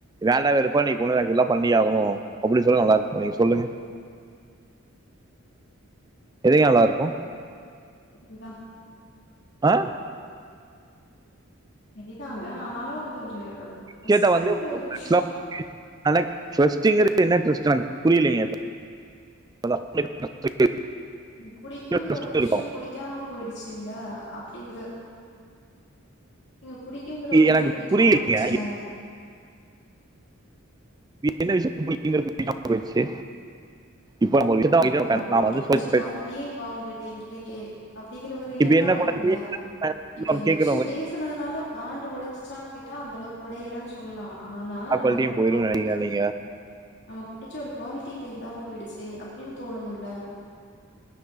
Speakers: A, on the right; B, on the left.
A: வேண்டா வேறுப்பா நீண்ணு எனக்கு இதல்லாம் பண்ணியே ஆகணும் அப்படிின்னு சொல்ல நல்லா இருக்கு நீங்க சொல்லுங்க எதங்க நல்லா இருக்கும்
B: <unintelligible>
A: ஆ
B: சரிதாங்க ஆனாலு அந்த ஒரு
A: <unintelligible>
B: ஃபஸ்ட்டுங்கிற ஒரு விஷயோ
A: னக்கு புரியலங்க இப்ப
B: புடிக்குங்கற
A: ட்ரஸ்ட்
B: ஒரு விஷய
A: இருக்கும்
B: புடிக்காம போயிடுச்சுல அப்படிங்கற நீங்க புடிக்குங்கற ஒரு விஷயம்
A: எனக்கு
B: புடிக்காம
A: புரியலைங்க
B: போயிடுச்சுல
A: என்ன விஷயத்து <unintelligible> போயிடுச்சு இப்போ நம்ம ஒரு விஷயத்த அவங்க
B: நமக்கு
A: கிட்ட
B: அவங்ககிட்ட
A: நாம வந்து
B: புடிச்ச
A: சொல்லி
B: குவாலிட்டியே இப்ப அவங்ககிட்ட இல்லையே அப்ப்டடிங்கற ஒரு
A: இப்போ
B: எண்ணம்
A: என்ன
B: இருக்குல்ல
A: குழந்தையும்
B: இப்ப இந்த
A: கேட்கறவங்க
B: விஷயம் பேசுனதுனால வாண்டு உடஞ்சுசாங் கேட்டா அந்த அளவுக்கு உடையலன்னு சொல்லலா ஆனா நமக்கு
A: குவாலிட்டியும் போயிரும்
B: நமக்கு
A: நினைக்கிறீங்க
B: புடிச்ச
A: நீங்க
B: நமக்கு பிடிச்ச ஒரு குவாலிட்டி இப்ப இல்லாம போயிடுச்சு அப்படின் தோணணும்ல